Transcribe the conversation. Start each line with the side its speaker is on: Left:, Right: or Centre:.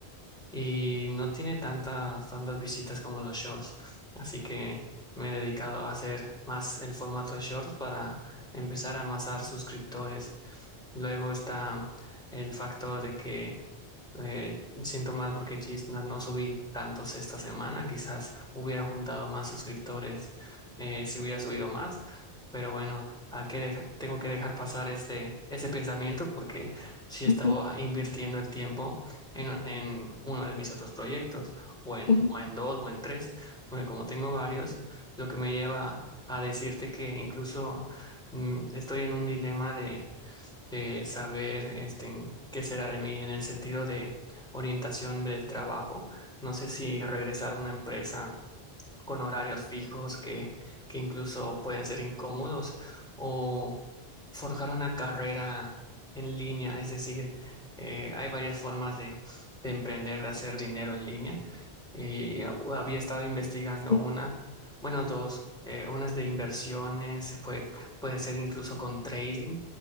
Centre: y no tiene tantas, tantas visitas como los shorts. Así que me he dedicado a hacer más el formato de shorts para empezar a amasar suscriptores. Luego está el factor de que eh, siento mal porque Chisna no subí tantos esta semana. Quizás hubiera juntado más suscriptores eh, si hubiera subido más. Pero bueno, hay que deja- tengo que dejar pasar ese, ese pensamiento porque sí estaba
Left: ujú,
Centre: invirtiendo el tiempo en, en uno de mis otros proyectos, o en,
Left: ujú,
Centre: o en dos, o en tres, porque como tengo varios, lo que me lleva a decirte que incluso mm, estoy en un dilema de saber este, en qué será de mí en el sentido de orientación del trabajo. No sé si regresar a una empresa con horarios fijos que, que incluso pueden ser incómodos, o forjar una carrera en línea, es decir, eh, hay varias formas de, de emprender, de hacer dinero en línea. Y a- había estado investigando
Left: sí,
Centre: una, bueno, dos, eh, una es de inversiones, puede, puede ser incluso con trading,